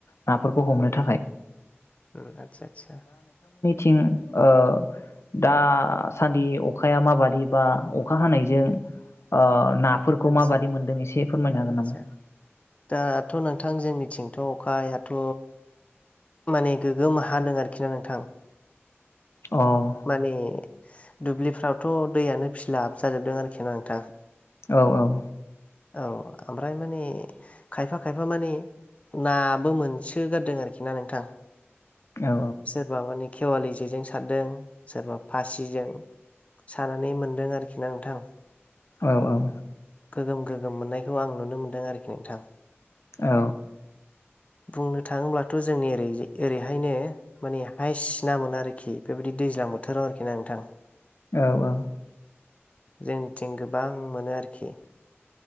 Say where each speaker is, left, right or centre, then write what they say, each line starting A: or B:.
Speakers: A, on the left (about 75°); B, on the left (about 30°).
A: नाफोरखौ हमनो थाखाय।
B: आतसा आतसा।
A: थिं ओ दासान्दि अखाया माबादि बा अखा हानायजों ओ नाफोरखौ
B: आदसा
A: माबादि मोनदों एसे फोरमायनो हागोन
B: आदसा
A: नामा?
B: दाथ' नोंथां जे मिथिंथ' अखायाथ' माने गोगोम हादों आरोखि ना नोंथां।
A: अ औ
B: माने दुब्लिफ्रावथ' दैयानो फिलाब जाजोबदों आरोखि ना नोंथां।
A: औ औ।
B: औ ओमफ्राय माने खायफा खायफा मानि नाबो मोनसोगारदों आरोखि ना नोंथां।
A: औ
B: सेर बाबानि खेवालि जेजों सारदों सोरबा फासिजों सानानै मोनदों आरोखि ना नोंथां।
A: औ औ।
B: गोगोम गोगोम मोननायखौ आं नुनो मोन्दों आरोखि नोंथां।
A: औ।
B: बुंनो थाङोब्लाथ' जोंनि ओरै ओरैहायनो माने हायस ना मोनो आरोखि बेबायदि दैज्लां बोथोराव आरोखि ना नोंथां।
A: औ औ।
B: जोंनिथिं गोबां मोनो आरोखि।